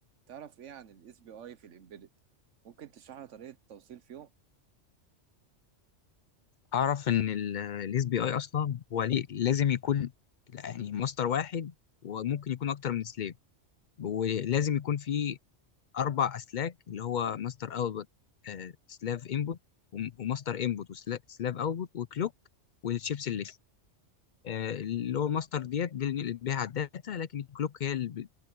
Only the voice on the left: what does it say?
اعرف ان الاس بي اي اصلا هو ليه لازم يكون يعني ماستر واحد وممكن يكون اكتر من سليف ولازم يكون في اربع اسلاك اللي هو ماستر اوتبوت سلاف انبوت وماستر انبوت وسلاف اوتبوت وكلوك والشيبس اللي آه، اللي هو الماستر ديت دي اللي بنقلب بيها على الداتا لكن الكلوك هي اللي